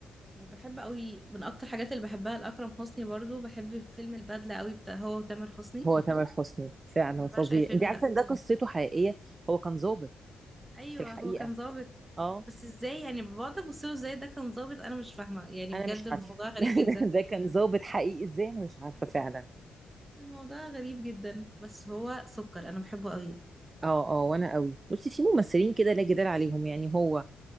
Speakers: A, on the right; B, on the right.
A: وبحب قوي من اكتر الحاجات اللي بحبها لأكرم حسني برضو بحب فيلم البدلة قوي بتاع هو وتامر حسني
B: هو تامر حسني فعلا
A: انا
B: فظيع
A: بعشق الفيلم
B: انت
A: ده
B: عارفه ان ده قصته حقيقيه هو كان ضابط
A: ايوه
B: في الحقيقه
A: هو كان ظابط
B: اه
A: بس ازاي يعني بقعد ابص له ازاي ده كان ظابط انا مش فاهمة يعني
B: انا
A: بجد
B: مش
A: الموضوع
B: عارفه <laughs>
A: غريب جدا
B: ده كان ضابط حقيقي ازاي انا مش عارفه فعلا
A: الموضوع غريب جدا بس هو سكر انا بحبه قوي
B: اه اه وانا قوي بصي في ممثلين كده لا جدال عليهم يعني هو